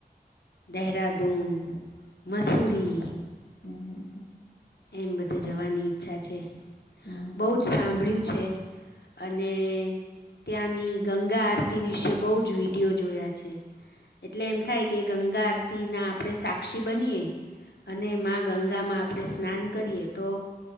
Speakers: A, on the left (about 80°); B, on the left (about 55°).
A: દહેહરાધૂન. મસૂરી
B: હમ હમ
A: એમ તે જવાની ઈચ્છા છે.
B: હમ
A: બહુ જ સાંભળ્યું છે અને ત્યાંની ગંગા આરતી વિશે બહુ જ વિડિયો જોયા છે. એટલે એમ થાય કે એક ગંગા આરતીના આપણે સાક્ષી બનીએ, અને મા ગંગામાં આપણે સ્નાન કરીએ. તો,